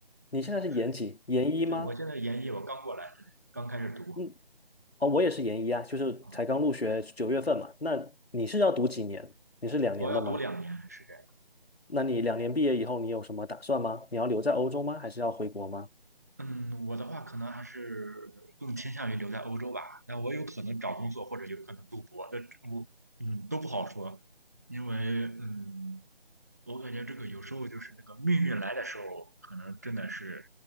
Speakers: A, on the left; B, on the right.
A: 你现在是研几？
B: 是，
A: 研一吗？
B: 对，我现在研一，我刚过来，刚开始读
A: 嗯，哦，我也是研一啊，就是才刚入学九月份嘛。
B: 啊，
A: 那你是要读几年？你是两年的吗？
B: 我要读两年，是这样。
A: 那你两年毕业以后，你有什么打算吗？你要留在欧洲吗？还是要回国吗？
B: 嗯，我的话可能还是更倾向于留在欧洲吧。那我有可能找工作，或者有可能读博的，我嗯都不好说，因为嗯，我感觉这个有时候就是那个命运来的时候，可能真的是